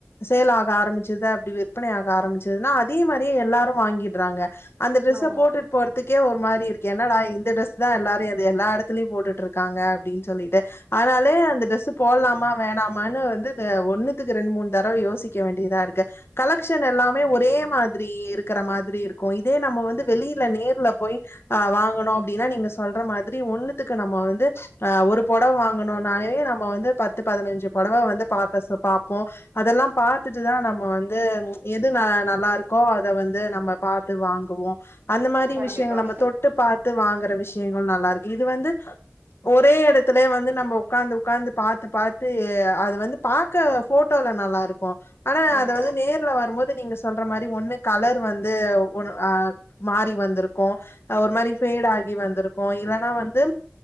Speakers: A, on the left; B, on the right.
A: சேல் ஆக ஆரம்பிச்சது அப்படி விற்பனையாக ஆரம்பிச்சிதுன்னா அதே மாரியே எல்லாரும் வாங்கிடுறாங்க அந்த டிரெஸ்ஸ
B: ஆமா
A: போட்டுட்டு போறதுக் கே ஒரு மாரி இருக்கு என்னடா இந்த டிரஸ் தான் எல்லாரையும் அத எல்லா இடத்துலையு போட்டுட்டு இருக்காங்க அப்படின்னு சொல்லிட்டு ஆனால வே அந்த ட்ரெஸ் போடலாமா வேணாமனு வந்து த ஒன்னு மூணு தடவ யோசிக்க வேண்டியதா இருக்கு கலெக்ஷன் எல்லாமே ஒரே மாதிரி இருக்கிற மாதிரி இருக்கும் இதே நம்ம வந்து வெளியில நேர்ல போய் அஹ் வாங்கணும் அப்படின்னா நீங்க சொல்ற மாத் மாதிரி ஒண்ணுத்துக்கு நம்ம வந்து ஆஹ் ஒரு பொடவை வாங்கணுனாலே நம்ம வந்து பத்து பதினைஞ்சு பொடவை வந்து பாக்க பாப்போம் அதெல்லா பாத்துட்டுதா நம்ம வந்து எது ந நல்லா இருக்கோ அத வந்து நம்ம பாத்து வாங்குவோம் அந்த மாதிரி
B: கண்டிப்பா
A: விஷயங்கள் நம்ம தொட்டு பாத்து வாங்குற விஷயங்கள் நல்லா இருக்கு இது வந்து ஒரே எடத்துலே வந்து நம்ம உக்காந்து உக்காந்து பாத்து பாத்து அது வந்து பா க்க போட்டோல நல்ல நல்லாருக்க ஆனா
B: ம்
A: அது வந்து நேர்ல வரும்போது நீங்க சொல்ற மாரி ஒன் கலர் வந்து ஓவொன் அஹ் மாறி வந்திருக்கும் அஹ் ஒரு மாரி பேஃட் ஆகி வந்திருக்கு இல்லன்னா வந்து